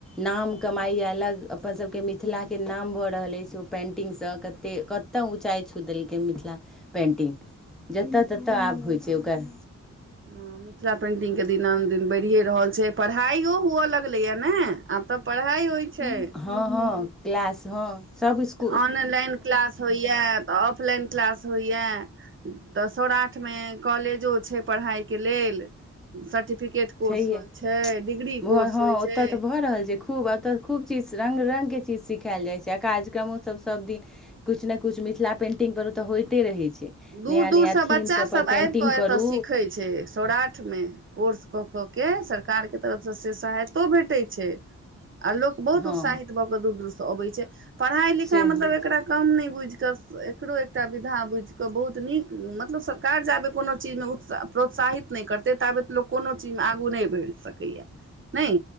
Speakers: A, in the centre; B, on the right (about 40°).
A: नाम कमाइ अलग अप्पन सभ के मिथिला के नाम भऽ रहल अछि। ओ पेन्टिंग सँ त कतय ऊँचाइ छू देलकै मिथिला पेन्टिंग जतऽ ततऽ आब होइ छै। ओकर
B: हू मिथिला पेंटिंग के दिनानदिन बढ़िये रहल छै। पढ़ाइय हुए लगले या ने आब तऽ पढ़ाई होइ छै
A: हँ हँ क्लास हँ सभ इकु
B: ऑनलाइन क्लास होइए तऽ तऽ ऑफलाइन क्लास होइए तऽ सौराठ में कॉलेजो छै। पढ़ाई के लेल सर्टिफिकेट कोर्स
A: छैहे
B: होइ छै। डिग्री
A: भऽ
B: कोर्स
A: हँ
B: होइ
A: ओतऽ
B: छै।
A: तऽ भऽ रहल छै। खूबतऽ खूब चीज रंग रंग के चीज सिखाएल जाइ छै। आ कार्यक्रमो सभ सभ दिन किछु ने किछु मिथिला पेन्टिङंग पर ओ तऽ होइते रहै छै।
B: दूर
A: नया
B: दूरसँ
A: नया
B: बच्चा
A: थीम सबपर
B: सभ आबि
A: पेन्टिङ्ग
B: कऽ एतय
A: करू
B: सिखैत छै। सौराठ में कोर्स कऽ कऽ के सरकार के तरफ सँ से सहायतो भेटैत छै। आ लोक बहुत
A: हँ
B: उत्साहित भऽ कऽ दूर दूर से अबै छै। पढ़ाई लिखाई
A: से
B: मतलब
A: हँ
B: एकरा कम नहि बुझिकऽ एकरो एकटा विधा बुझिकऽ बहुत नीक मतलब सरकार जाबै कोनो चीज में उत्स प्रोत्साहित नहि करतै ताबेत लोक कोनो चीज में आगू नहि बढ़ि सकैए नहि